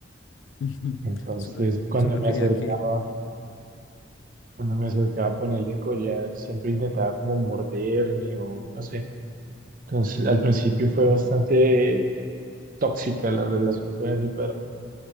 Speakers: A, on the left; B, on the right.
A: <laughs>
B: Entonces,
A: Solo,
B: cuando
A: solo
B: me
A: quería
B: acercaba
A: que.
B: Cuando me acercaba a ponerle collar, siempre intentaba como morderme o no sé. Entonces, al principio fue bastante tóxica la relación con ese perro,